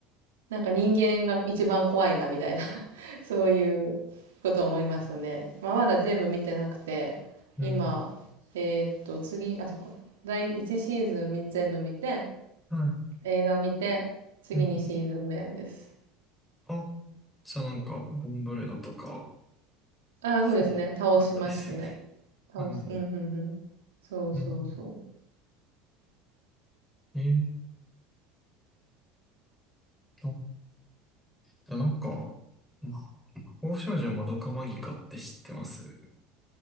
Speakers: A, on the right; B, in the centre.
A: なんか人間が一番怖いな、みたいな <laughs> そういうことを思いましたね。まあ、まだ全部見てなくて、
B: うん。
A: 今、えーっと、次、あ、そっか。第1シーズンみ全部見て、
B: はい。
A: 映画見て、次2シーズン目です。
B: うん。あ、じゃあなんか、ボンブレドとか、
A: ああ、
B: すごいあったですよね。
A: そうですね。倒しましたね。倒す。
B: はい。
A: うん、うん、うん。そうそうそう。
B: うん。えーっと、じゃあなんか、魔法少女まどかマギカって知ってます